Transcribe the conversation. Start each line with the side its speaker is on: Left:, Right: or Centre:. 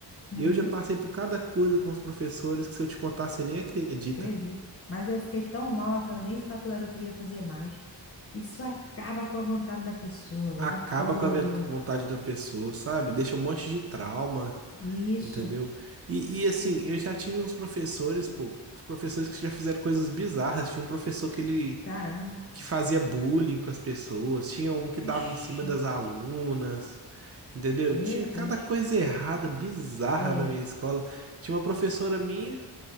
Left: Uhum,
Right: Eu já passei por cada coisa com os professores que se eu te contar, você nem acredita.
Left: acredito. Mas eu fiquei tão mal, eu falei, nem faculdade eu queria fazer mais. Isso acaba com a vontade da pessoa, velho,
Right: Acaba
Left: de tudo.
Right: com a ve- vontade da pessoa, sabe? Deixa um monte de trauma.
Left: Isso,
Right: Entendeu? E, e, assim, eu já tive uns professores, pô, os professores que já fizeram coisas bizarras. Tinha um professor que ele
Left: caramba.
Right: que fazia bullying com as pessoas, tinha um que
Left: Vixe,
Right: dava em cima das alunas, entendeu?
Left: meu
Right: Tinha
Left: Deus.
Right: cada coisa errada, bizarra
Left: É.
Right: na minha escola. Tinha uma professora minha